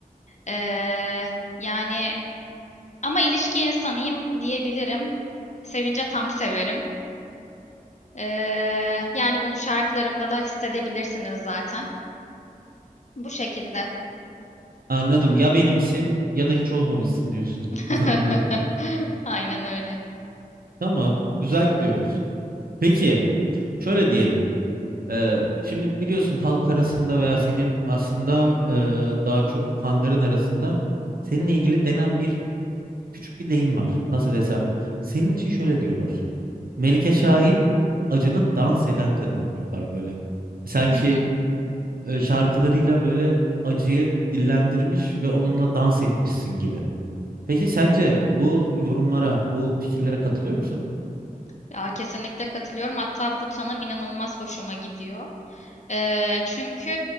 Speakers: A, on the left (about 50°); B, on the right (about 80°).
A: Ee, yani ama ilişki insanıyım diyebilirim. Sevince tam severim. Ee, yani bunu şarkılarımda da hissedebilirsiniz zaten. Bu şekilde.
B: Anladım. Ya benimsin ya da hiç olmamışsın diyorsun.
A: <laughs>
B: <laughs> Anladık.
A: Aynen öyle.
B: Tamam. Güzel gidiyoruz. Peki şöyle diyelim. e, şimdi biliyorsun halk arasında veya senin aslında e, daha çok fanların arasında seninle ilgili denen bir küçük bir deyim var. Nasıl desem? Senin için şöyle diyorlar. Melike Şahin acının dans eden kadını diyorlar böyle. Sanki
A: <laughs>
B: e, şarkılarıyla böyle acıyı dillendirmiş ve onunla dans etmişsin gibi. Peki sence bu yorumlara, bu fikirlere katılıyor musun?
A: Ya, kesinlikle katılıyorum. Hatta bu tanım inanılmaz hoşuma gidiyor. Ee, çünkü